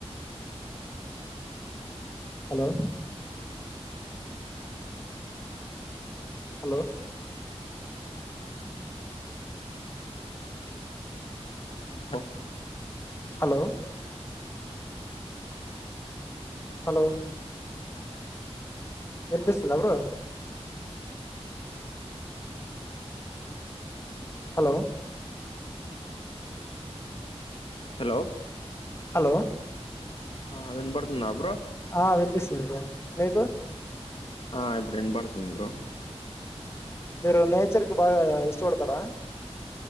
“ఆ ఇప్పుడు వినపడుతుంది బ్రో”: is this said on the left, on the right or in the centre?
Left